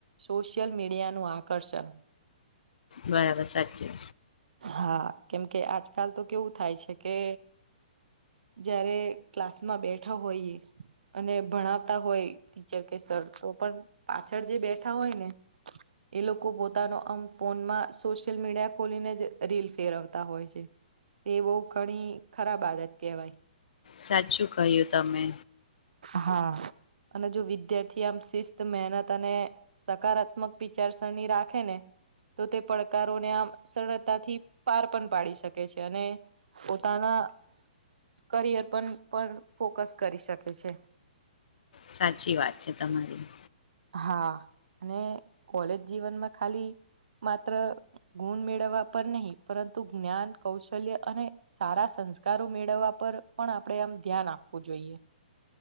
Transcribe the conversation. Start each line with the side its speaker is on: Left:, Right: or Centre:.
Right: સોશિલ મીડિયા નું આકર્ષણ
Left: બરાબર સાચી.
Right: હા કેમકે આજકાલ તો કેવું થાય છે કે જારે ક્લાસમાં બેઠા હોઈએ. અને ભણાવતા હોય ટીચર કે સર તો પણ પાછળ જે બેઠા હોય ને એ લોકો પોતાનો આમ ફોનમાં સોશિયલ મીડિયા ખોલીને જ રીલ ફેરવતા હોય છે. તે બહ ઘણી ખરાબ આદત કેહેવાય
Left: સાચું કહ્યું તમે.
Right: હા અને જો વિદ્યાર્થી આમ શિસ્ત મહેનત અને સકારાત્મક પ ચારસણ ની રાખે ને. તો તે પડકારોને આમ સરળતાથી, પાર પણ પાડી શકે છે, અને પોતાના કરિયર પર પણ ફોકસ, કરી શકે છે.
Left: સાચી વાત છે, તમારી
Right: હા, અને કોલેજ જીવનમાં ખાલી માત્ર ગુણ, મેળવવા પર નહી પરંતુ જ્ઞાન કૌશલ્ય અને સારા સંસ્કારો મેળવવા, પર પણ આપણેે આમ ધ્યાન આપવું જોઈએ.